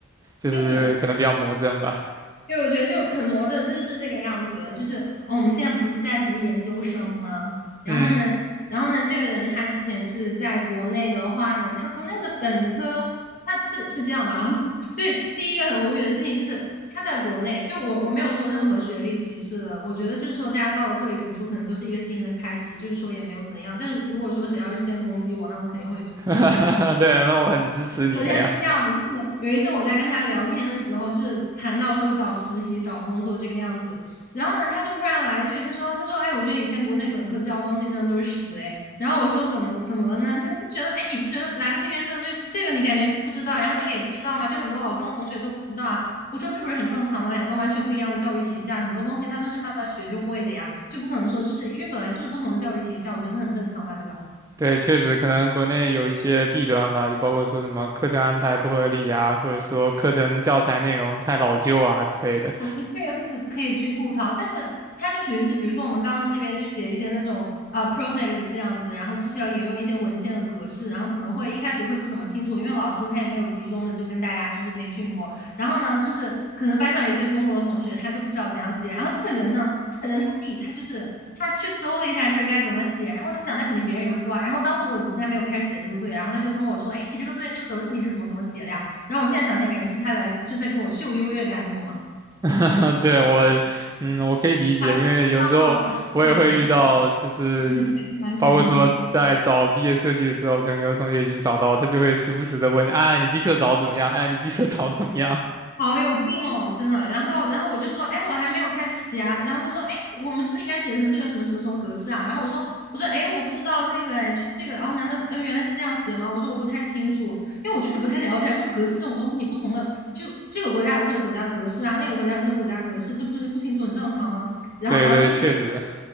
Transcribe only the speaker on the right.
就是可能比较魔怔吧。
嗯，
<laughs> 对，那我很支持你了呀。
对，确实可能国内有一些弊端吧，就包括说什么课程安排不合理啊，或者说课程教材内容太老旧啊之类的。
<laughs> 对，我，嗯，我可以理解，
因为有时候我也会遇到，
就是包括说在找毕业设计的时候，
可能有的同学已经找到，他就会时不时的问你，哎，你毕设找的怎么样？哎，你毕设找的怎么样？
<laughs>
对对，
确实